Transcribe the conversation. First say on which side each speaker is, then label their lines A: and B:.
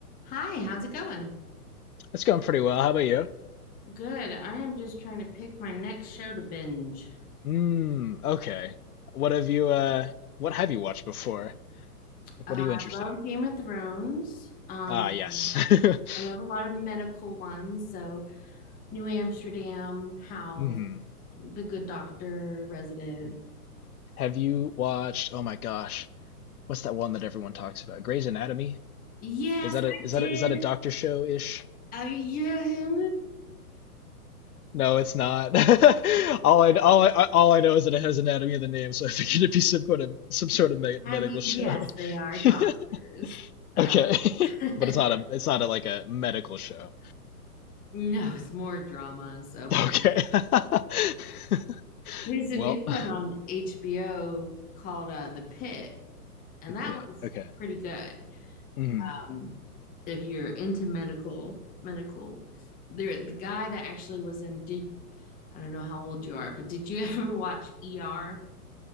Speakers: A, on the left (about 20°); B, on the left (about 70°).
A: Hi, how's it going?
B: It's going pretty well. How about you?
A: Good. I am just trying to pick my next show to binge.
B: Mm, okay. What have you uh what have you watched before? Like
A: Uh,
B: what are you
A: I
B: interested
A: love
B: in?
A: Game of Thrones. Um,
B: Ah, yes. <laughs>
A: I love a lot of medical ones, so New Amsterdam, House,
B: hmm
A: The Good Doctor, Resident.
B: Like have you watched oh my gosh, what's that one that everyone talks about? Grey's Anatomy?
A: Yes,
B: Is that
A: I
B: a is
A: did.
B: that a, is that a doctor show-ish?
A: Uh, yeah.
B: No, it's not. <laughs> All I all I all I know is that it has anatomy in the name, so I figured it'd be some kind of some sort of
A: <laughs>
B: me
A: I
B: medical
A: mean,
B: show.
A: yes, they are
B: <laughs>
A: doctors. Uh,
B: Okay. <laughs>
A: <laughs>
B: But it's not a it's not a like a medical show.
A: no, it's more drama. So, but
B: Okay. <laughs>
A: there's a
B: Well,
A: new one
B: <laughs>
A: on HBO called uh, The Pitt. and
B: the pit.
A: that one's
B: Okay.
A: pretty good.
B: Hmm.
A: Um, if you're into medical, medical, there the guy that actually was in. Did I don't know how old you are, but did you <laughs> ever watch ER?